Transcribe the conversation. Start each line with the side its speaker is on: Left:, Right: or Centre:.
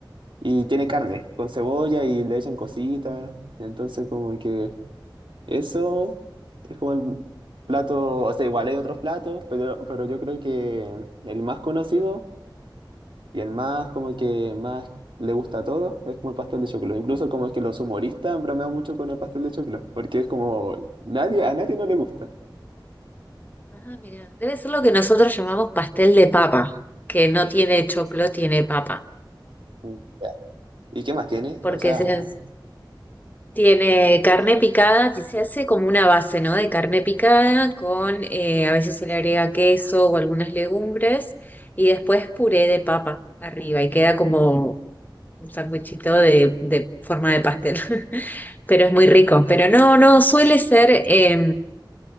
Right: Y tiene carne con cebolla y le echan cositas. Entonces, como que eso es como el plato, o sea, igual hay otros platos, pero, pero yo creo que el más conocido y el más como que más le gusta a todos es como el pastel de choclo. Incluso como que los humoristas han bromeado mucho con el pastel de choclo, porque es como nadie, a nadie no le gusta.
Left: Ah, ah, mira. Debe ser lo que nosotros llamamos pastel de papa, que no tiene choclo, tiene papa.
Right: Mm. ¿Y qué más tiene?
Left: Porque
Right: O sea...
Left: se, hace- tiene carne picada, que se hace como una base, ¿no? De carne picada con, eh, a veces se le agrega queso o algunas legumbres y después puré de papa arriba y queda como un sándwichito de, de forma de pastel. <laughs> Pero es muy rico. Pero no, no, suele ser... eh,